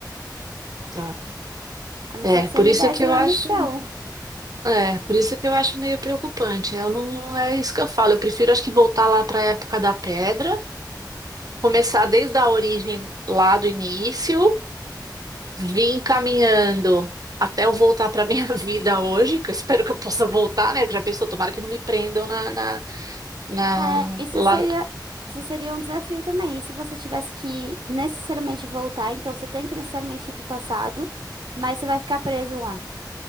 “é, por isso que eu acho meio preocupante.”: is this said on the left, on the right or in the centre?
Right